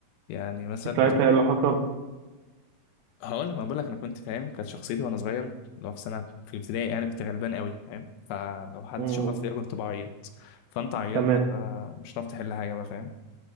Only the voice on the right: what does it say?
ساعتها إيه اللي حصل
امم
تمام